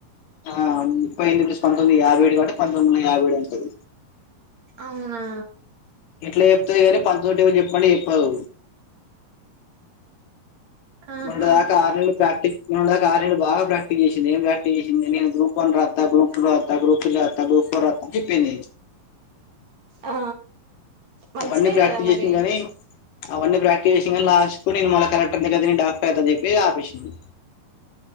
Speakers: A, on the left; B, on the right.
A: ఆ ముప్పై ఎనిమిది ప్లస్ పంతొమ్మిది యాభై ఏడు కాబట్టి పంతొమ్మిది వందల యాభై ఏడు అంటది.
B: అవునా
A: ఎట్ల జెప్తది గాని పంచతోటి ఎవలు జెప్పమంటే చెప్పదూ
B: ఆహా
A: మొన్నటిదాకా ఆర్నేళ్లు ప్రాక్టీస్ నుండే ఆర్నేళ్లు బాగా ప్రాక్టీస్ జేసింది. ఏం ప్రాక్టీస్ జేసింది. నేన్ గ్రూప్ వన్ రాత్త, గ్రూప్ టూ రాత్త, గ్రూప్ త్రీ రాత్త, గ్రూప్ ఫోర్ రాత్త. జెప్పింది
B: ఆ మంచిదే
A: అవన్నీ ప్రాక్టీస్
B: గద మరి
A: చేసిన కానీ అవన్నీ ప్రాక్టీస్ జేసింది గానీ, లాస్ట్ కు నేన్ మళ్ల కలెక్టర్ని గదా. నేను డాక్టర్ చదువుచెపి ఆపెషింది.